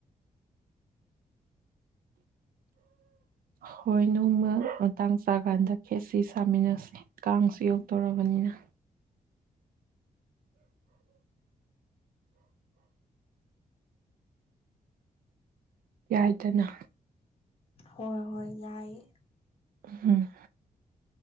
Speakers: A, on the right (about 85°); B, on the left (about 40°).
A: ꯍꯣꯏ ꯅꯣꯡꯃ ꯃꯇꯥꯡ ꯆꯥꯀꯥꯟꯗ ꯈꯦꯠꯁꯤ ꯁꯥꯃꯤꯟꯅꯁꯤ ꯀꯥꯡꯁꯨ ꯌꯣꯛꯇꯣꯔꯕꯅꯤꯅ ꯌꯥꯏꯗꯅ
B: ꯍꯣꯏ ꯍꯣꯏ ꯌꯥꯏꯑꯌꯦ
A: ꯎꯝ